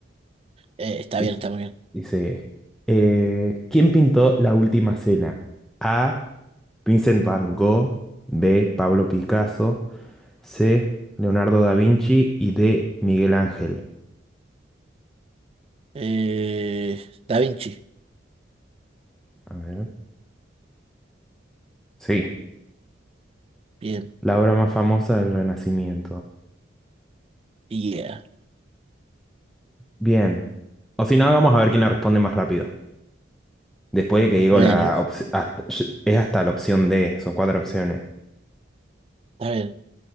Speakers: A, on the right (about 30°); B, in the centre.
A: Eh,
B: <laughs>
A: está bien, está muy bien.
B: Dice, eh, ¿quién pintó La Última Cena? A. Vincent Van Gogh, B. Pablo Picasso, C. Leonardo da Vinci y D. Miguel Ángel.
A: Eh, Da Vinci,
B: A ver. Sí,
A: bien,
B: la obra más famosa del Renacimiento.
A: yeah.
B: Bien. O si no, vamos a ver quién la responde más rápido. Después de que digo
A: Bueno,
B: la opción, es hasta la opción D, son cuatro opciones.
A: está bien.